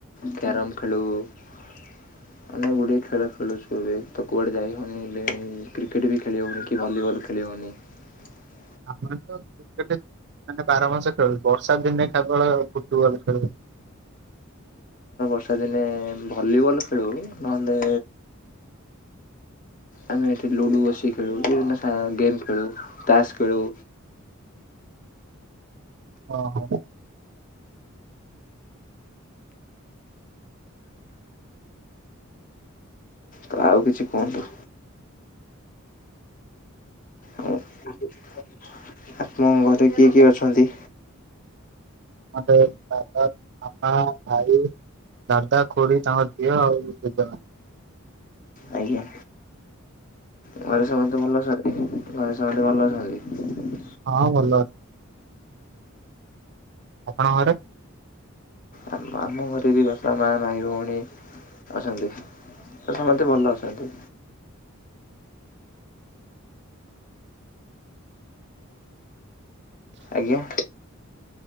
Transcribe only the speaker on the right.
ଆମେ ତ କ୍ରିକେଟ୍ ମାନେ ବାରମାସ ଖେଳୁ। ବର୍ଷା ଦିନେ କେବଳ ଫୁଟବଲ୍ ଖେଳୁ।
ଓ ହୋ।
ମାନେ ଦାଦା, ବାପା, ଭାଇ। ଦାଦା ଖୁଡ଼ୀ ତାଙ୍କ ଝିଅ ଆଉ ଦି ଜଣ।
ହଁ ଭଲ ଅ ଆପଣଙ୍କ ଘରେ?